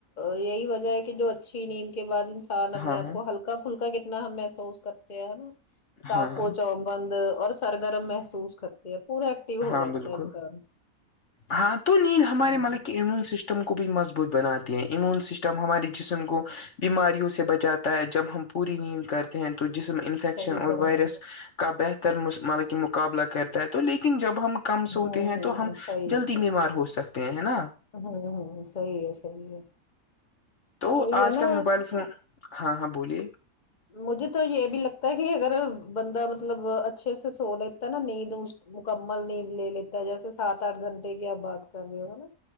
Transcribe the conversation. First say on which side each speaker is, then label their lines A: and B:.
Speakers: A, on the left (about 30°); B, on the left (about 55°).
A: یہی وجہ ہے کہ جو اچھی نیند کے بعد ان ہا نہ اپنے
B: ہاں
A: آپ
B: ہاں
A: کو ہلکا پھلکا کتنا ہم محسوس کرتے ہیں نا چاقو
B: ہاں ہاں
A: چ بند اور سرگرم محسوس کرتے ہیں پورا ایکٹو ہو
B: ہاں
A: جاتا
B: بالکل
A: ہے انسان
B: ہاں تو نیند ہمارے
A: ہوں
B: ملک کے امیون سسٹم تم کو بھی مضبوط بناتی ہیں ایمیون سسٹم ہمارے جسم کو بیماریوں سے بچاتا ہے جب ہم پوری نیند کر ہیں تو جسم انفیکشن
A: صحیح
B: اور
A: فرمایا
B: وائرس کا بہتر مقابلہ کرتا ہے تو لی لیکن جب ہم کم
A: ہوں
B: سوتے ہیں تو ہم
A: ہوں صحیح
B: جلدی
A: ہے
B: بیمار ہو سکتے ہیں ہے نا
A: ہوں ہوں صحیح ہے صحیح ہے
B: تو
A: وہی
B: آج
A: ہے
B: کل
A: نا
B: موبائل فون ہاں ہاں بولیے
A: مجھے تو یہ بھی لگتا ہے کہ اگر بندہ مطلب اچھے سے سو لیتا ہے نا نیند مکمل نیند لے لیتا جیسے سات آٹھ گھنٹے کی آپ بات کر رہے ہو نا